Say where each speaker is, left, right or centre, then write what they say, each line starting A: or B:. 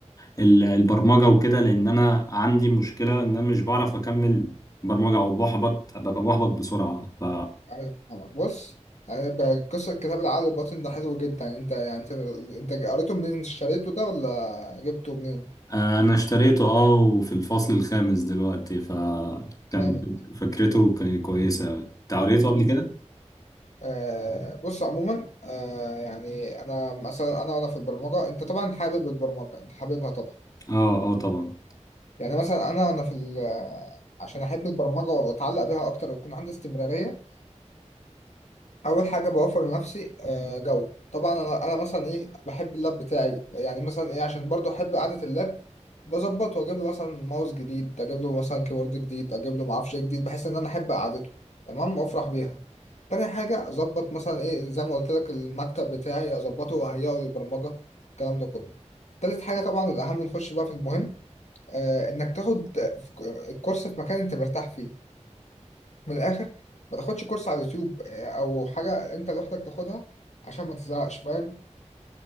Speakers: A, on the left; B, on the left.
A: ال- البرمجة وكده لأن أنا عندي مشكلة إن أنا مش بعرف أكمل برمجة أو بحبط ببقى بحبط بسرعة ف
B: أيوة، فاهمك. <laughs> بص يعني ب- قصه كتاب العقل الباطن ده حلو جدا يعني انت يعني انت انت قريته منين اشتريته ده ولا جبته منين
A: آه، انا اشتريته اه وفي الفصل الخامس دلوقتي فكان
B: جامد
A: فكرته كانت كويسه انت قريته قبل
B: بص
A: كده
B: آه بص عموما آه يعني انا مثلا انا وانا في البرمجه انت طبعا حابب البرمجه انت حاببها طبعا
A: اه اه طبعا
B: يعني مثلا انا انا في ال- عشان احب البرمجه واتعلق بيها اكتر ويكون عندي استمراريه اول حاجه بوفر لنفسي آه، جو طبعا انا انا مثلا ايه بحب اللاب بتاعي يعني مثلا ايه عشان برضو احب قعده اللاب بظبطه واجيب له مثلا ماوس جديد اجيب له مثلا كيبورد جديد اجيب له معرفش إيه جديد بحيث ان انا احب قعدته تمام وافرح بيها تاني حاجه اظبط مثلا ايه زي ما قلت لك المكتب بتاعي اظبطه واهيئه للبرمجه الكلام ده كله تالت حاجه طبعا الاهم نخش بقى في المهم آه انك تاخد كورس في مكان انت مرتاح فيه من الاخر ما تاخدش كورس على اليوتيوب آه، او حاجه انت لوحدك تاخدها عشان ما تزهقش فاهم